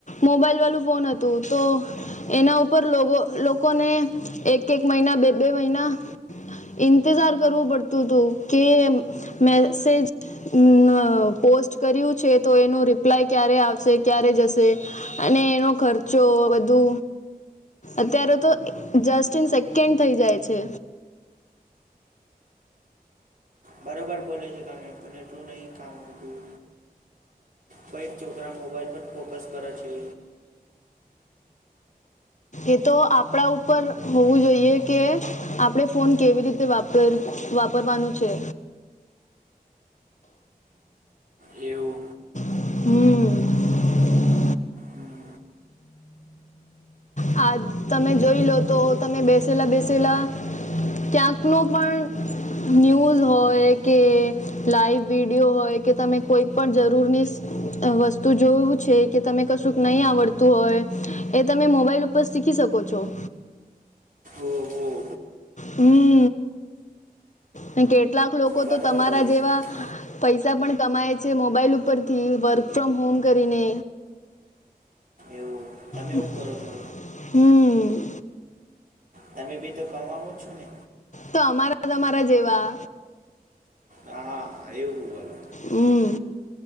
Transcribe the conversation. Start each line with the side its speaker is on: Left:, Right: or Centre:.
Left: મોબાઈલ વાલું ફોન હતું તો એના ઉપર લોગો લોકોને એક એક મઇના બે બે મઇના ઈંતજાર કરવું પડતું તું કે મેસેજ નાં અ પોસ્ટ કર્યું છે તો એનું રિપ્લાય ક્યારે આવશે ક્યારે જશે અને એનો ખર્ચો બધુ અત્યારે તો જસ્ટ ઇન સેકન્ડ થઈ જાય છે.
Right: બરોબર બોલે છે તમે પન એટલું નહી કામ તું. બ ઇસ છોકરા મોબાઈલ પર ફોકસ કરે છે.
Left: એ તો આપડા ઉપર હોવું જોઈએ કે આપડે ફોન કેવી રીતે વાપર વાપરવાનું છે.
Right: એવું
Left: હમ.
Right: હમ
Left: હા તમે જોઈ લો તો તમે બેસેલા બેસેલા ક્યાંક નો પણ ન્યૂઝ હોય કે લાઈવ વિડીયો હોય કે તમે કોઈ પણ જરૂરનીસ વસ્તુ જોયું છે કે તમે કશુંક નહીં આવડતું હોય એ તમે મોબાઈલ ઉ પર શીખી શકો છો.
Right: ઓહો
Left: હમ. હમ કેટલાક લોકો
Right: બરાબર
Left: તો તમારા
Right: બોલે
Left: જેવા
Right: છે
Left: પૈસા પણ કમાય છે મોબાઈલ ઉપરથી વર્ક ફ્રોમ હોમ કરીને.
Right: એવું તમે
Left: હમ.
Right: એવું કરો છો
Left: હમ.
Right: તમે બી તો કમાવો જ છો ને.
Left: તો અમારા તમારા જેવા.
Right: હા એવું બોલો
Left: હમ